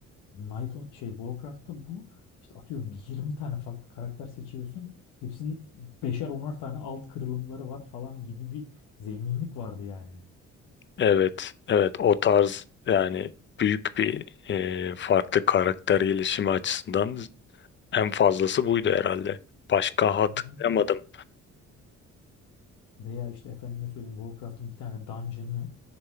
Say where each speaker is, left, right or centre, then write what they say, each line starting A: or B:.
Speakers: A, on the left (about 85°); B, on the left (about 40°).
A: Knight on, şey Warcraft'ta bu işte atıyorum 20 tane farklı karakter seçiyorsun. Hepsinin beşer onar tane alt kırılımları var falan gibi bir zenginlik vardı yani.
B: Evet, evet o tarz yani büyük bir e, farklı karakter gelişimi açısından en fazlası buydu herhalde. Başka
A: Aynen
B: hatırlayamadım.
A: öyle. Veya işte efendime söyleyeyim Warcraft'ın bir tane dungeon'ı